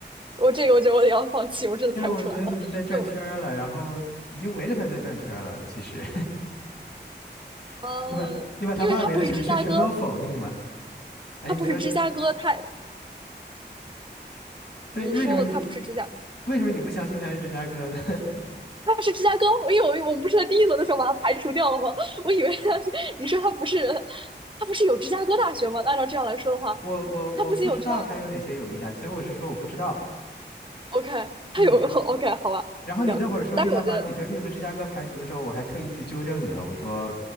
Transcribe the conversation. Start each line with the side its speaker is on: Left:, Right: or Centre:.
Right: 我这个我觉得我得要放弃，
Left: <laughs>
Right: 我真的猜不出来了。
Left: 因为我觉得你已经在转圈儿了，
Right: 就
Left: 然后已经围着它在转圈儿了。其实 <laughs>
Right: 呃，
Left: 你把你把它外围的城市全都否定了。
Right: 因为它不是芝加哥。
Left: 哎，
Right: 他不是芝加哥，
Left: 你说是
Right: 他
Left: 对，
Right: 你说他不是芝加，
Left: 你为什么你为什么你不相信它是芝加哥呢？
Right: 他是芝加哥，因为我我们不是在第一轮的时候把他排除掉了吗？<laughs> 我以为他是，你说他不是，他不是有芝加哥大学吗？按照这样来说的话，
Left: 我我我不知道它有哪些有名大学，
Right: 他不仅有芝加
Left: 所以我是说我不知道。
Right: ，OK，
Left: 嗯，
Right: 他有 OK，好吧，
Left: 然后你那会儿说你想把底特律和芝加哥排除的时候，
Right: 行，但是我觉得
Left: 我还特意去纠正你了。我说，